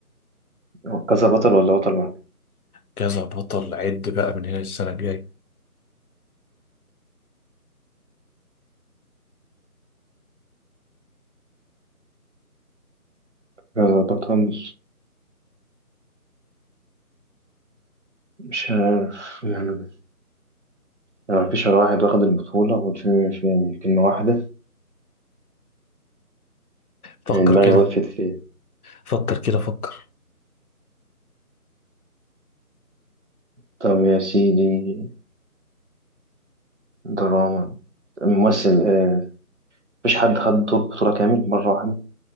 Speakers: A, on the right; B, on the left.
A: هو كذا بطل ولا بطل واحد
B: كذا بطل عد بقى من هنا السنة الجاية
A: كذا بطل مش عارف يعني ما فيش غير واحد واخد البطولة والفيلم فيه كلمة واحدة
B: فكر
A: يعني دماغي
B: كده
A: وقفت فيه
B: فكر كده فكر
A: طب يا سيدي دراما ممثل آه، مفيش حد خد دور بطولة كامل مرة واحدة